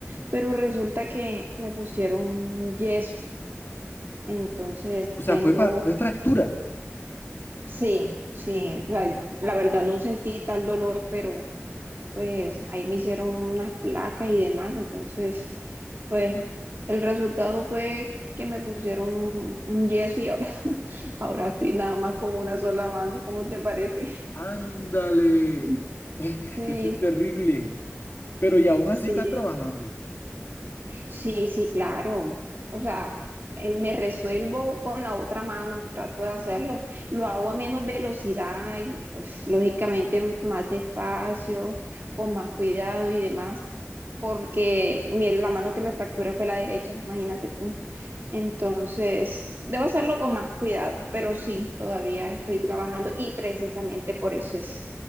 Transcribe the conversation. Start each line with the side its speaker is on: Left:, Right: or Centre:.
Right: pero resulta que me pusieron un yeso, entonces
Left: O sea,
Right: tengo
Left: fue, fra- fue fractura.
Right: Sí, sí, la, la verdad no sentí tal dolor, pero pues ahí me hicieron unas placas y demás, entonces pues el resultado fue que me pusieron un, un yeso y ahora, <laughs> ahora estoy nada más con una sola mano, ¿cómo te parece?
Left: Ándale.
Right: <laughs>
Left: <laughs> Eso es terrible.
Right: Sí,
Left: Pero y aún
Right: sí,
Left: así estás trabajando.
Right: Sí, sí, claro. O sea, eh, me resuelvo con la otra mano, trato de hacerlo. Lo hago a menos velocidad y pues lógicamente más despacio, con más cuidado y demás, porque mi- la mano que me fracturé fue la derecha, imagínate tú. Entonces, debo hacerlo con más cuidado, pero sí, todavía estoy trabajando y precisamente por eso es